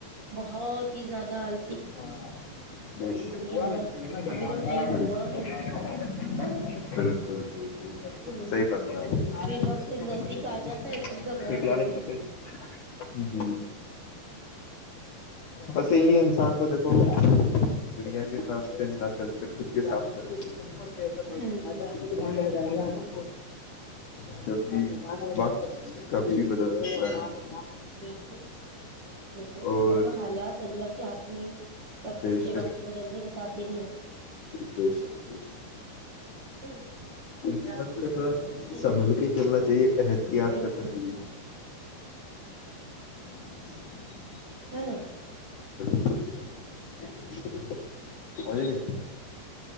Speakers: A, on the right; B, on the left.
A: بہت پیزا دال
B: بک
A: نا ابھی تو
B: بک
A: ٹائم ہوا نہیں ہے ہے نا
B: ل
A: ہوں پھر وقت نزدیک
B: <inaudible>
A: آ جاتا ہے تب گھبراہٹ ہوتی ہے
B: جی بس <inaudible> انسان کو دیکھو دنیا کے حساب سے نہ چل کر خود کے ساب چلنا چاہے <inaudible> ا
A: ہوں
B: <inaudible> س <inaudible> کیونکہ وقت کبھی بھی بدل سکتا ہے
A: بالکل دیکھو
B: اور
A: وہ تو حالات اللہ کے ہاتھ میں کب
B: بے
A: کس کے
B: شک
A: وقت بدل د ب کااتن
B: بے شک بے شک
A: ہے نا جب
B: انسان
A: رب
B: کا تھوڑا
A: رب کی
B: سنبھل
A: مرضی جس
B: کے چلنا
A: چیز میں
B: چاہیے
A: ہوتی ہے
B: احتیاط
A: وہی
B: کرنا
A: ہوتے
B: چاہیے ج
A: ہ نو
B: نہیں اور جیک